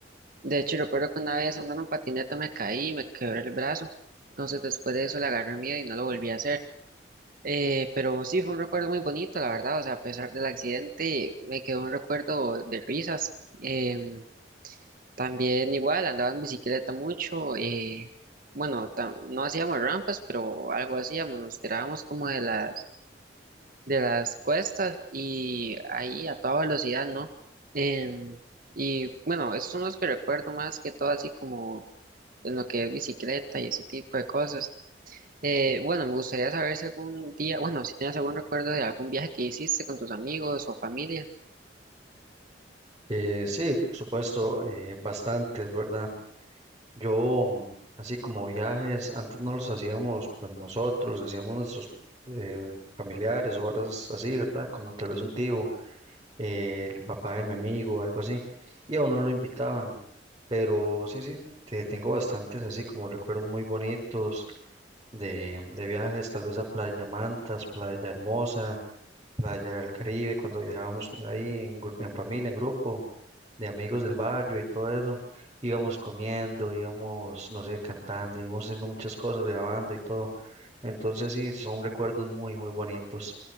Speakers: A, on the right; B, on the right.
A: De hecho, recuerdo que una vez andando en patineta me caí y me quebré el brazo. Entonces, después de eso le agarré miedo y no lo volví a hacer. Eh, pero sí, fue un recuerdo muy bonito, la verdad. O sea, a pesar del accidente, me quedó un recuerdo de risas. Em, también igual, andaba en bicicleta mucho. eh, bueno, ta- no hacíamos rampas, pero algo hacíamos. Nos tirábamos como de las, de las cuestas y ahí a toda velocidad, ¿no? Em, y bueno, esos son los que recuerdo más que todo, así como en lo que es bicicleta y ese tipo de cosas. Eh, bueno, me gustaría saber si algún día, bueno, si tienes algún recuerdo de algún viaje que hiciste con tus amigos o familia.
B: Eh, sí, por supuesto, eh, bastantes, ¿verdad? Yo, mm, así como viajes, antes no los hacíamos pues nosotros, los hacíamos nuestros eh, familiares o horas así, ¿verdad? Como tal vez un tío, eh, el papá de mi amigo, algo así, y a uno lo invitaban. Pero sí, sí, te- tengo bastantes así como recuerdos muy bonitos de, de viajes, tal vez a Playa Mantas, Playa Hermosa, playa del Caribe, cuando viajábamos ahí en, gru- en familia, en grupo, de amigos del barrio y todo eso, íbamos comiendo, íbamos, no sé, cantando, íbamos haciendo muchas cosas, grabando y todo. Entonces sí, son recuerdos muy, muy bonitos.